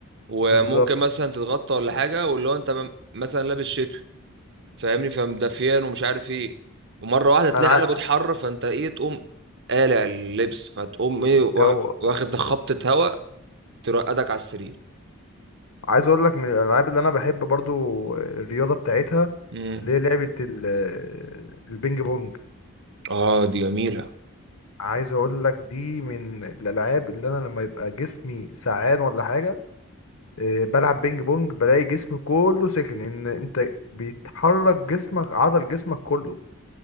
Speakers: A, on the right; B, on the left.
A: وممكن
B: بالظبط
A: مثلا تتغطى ولا حاجه واللي هو انت م- مثلا لابس شتوي فاهمني فمدفيان ومش عارف ايه ومره واحده تلاقي
B: انا عا...
A: قلبت حر فانت ايه تقوم قالع اللبس فتقوم ايه
B: الجو
A: وا- واخد خبطه هواء ترقدك على السرير
B: عايز اقول لك من الالعاب اللي انا بحب برضو الرياضة بتاعتها
A: امم
B: اللي هي لعبة ال... البينج بونج
A: اه دي جميله
B: عايز اقول لك دي من الالعاب اللي انا لما يبقى جسمي سعان ولا حاجه إيه، بلعب بينج بونج بلاقي جسمي كله سخن ان انت بيتحرك جسمك عضل جسمك كله